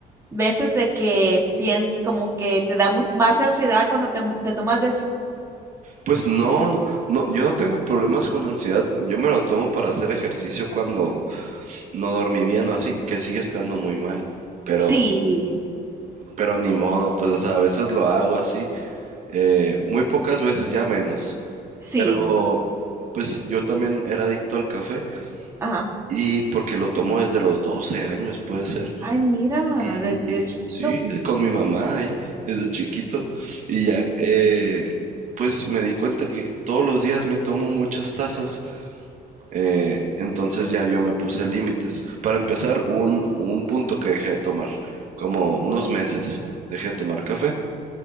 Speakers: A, on the right; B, on the right.
A: veces de que piensas, como que te da mu- más ansiedad cuando te, mu- te tomas de eso.
B: Pues no, no, no, yo no tengo problemas con ansiedad. Yo me lo tomo para hacer ejercicio cuando no dormí bien o así, que sigue estando muy mal. Pero,
A: Sí,
B: pero ni modo, pues, o sea, a veces lo hago así. eh, muy pocas veces, ya menos.
A: sí,
B: Pero, pues yo también era adicto al café
A: ajá.
B: Y porque lo tomo desde los 12 años, puede ser.
A: Ay, mira,
B: Y
A: desde chiquito.
B: sí, con mi mamá ahí, desde chiquito. Y ya, eh, pues me di cuenta que todos los días me tomo muchas tazas. eh, entonces ya yo me puse límites. Para empezar, un, un punto que dejé de tomar, como unos meses dejé de tomar café.